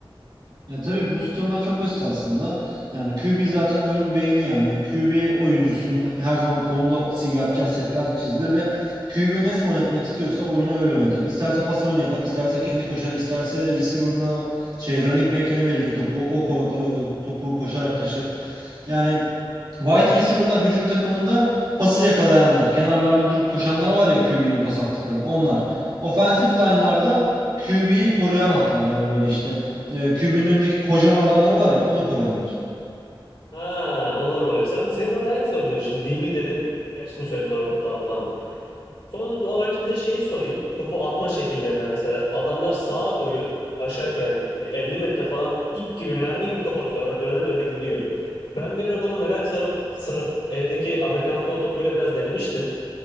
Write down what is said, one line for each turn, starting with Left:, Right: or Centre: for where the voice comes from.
Right: Ya tabii pozisyonlar çok basit aslında. Yani QB zaten oyunun beyni yani. QB oyuncusunun her zaman kolunda si- yapacağı setler çizilir ve QB nasıl oynatmak istiyorsa oyunu öyle oynatır. İsterse pas oyunu yapar, isterse kendi koşar, isterse receiver'ına şey running back'ine verir topu. O ko- to- topu koşarak taşır. Yani Wide receiver'lar hücum takımında pası yakalayanlar. Kenarlarda durup koşanlar var ya QB'nin pas attıkları onlar. Offensive line'larda QB'yi koruyan hatlar yani böyle işte e, QB'nin önündeki kocaman adamları var ya onu koruyanlar.
Left: Ha, onlar oluyor. Sen, senin rol hangisi oluyordu şimdi? DB dedin. Gerçi şimdi söyledin orada tamam tamam. Son olarak bir de şeyi sorayım. Topu atma şekillerinden mesela. Adamlar sağ boyu aşağı yukarı yani bir 50 metre falan ip gibi mermi gibi top atıyorlar ve döne döne gidiyor. Ben bir ara bunu merak sarıp sarıp evdeki Amerikan futbol topuyla biraz denemiştim.